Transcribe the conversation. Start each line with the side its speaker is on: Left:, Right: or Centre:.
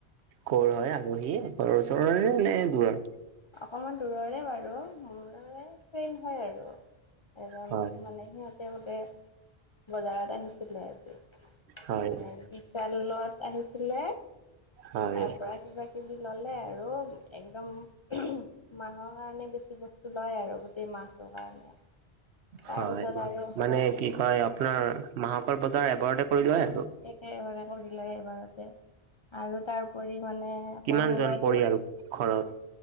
Right: কৰ হয় আলহী ঘৰৰ ওচৰৰে নে দূৰৰ?
Left: অকমান দূৰৰে বাৰু মোৰ ফ্ৰেন হয় আৰু এজন
Right: হয়
Left: মানে সিহতে বোলে বজাৰত আহিছিলে আজি
Right: হয়
Left: মানে। আহিছিলে
Right: হয়।
Left: তাৰ পৰা। কিবাকিবি ল'লে আৰু একদম। মাহৰ কাৰণে বেছি বস্তু লয় আৰু গোটেই মাহটোৰ কাৰণে। তাৰপিছত
Right: হয়
Left: আৰু
Right: মানে কি কয় আপোনাৰ মাহকৰৰ বজাৰ এবাৰতে কৰি লই আৰু।
Left: একেবে কৰিলেয় এবাৰতে আৰু তাৰপৰি মানে আকৌ
Right: কিমানজন
Left: মোবাইলটো
Right: পৰিয়াল ঘৰত?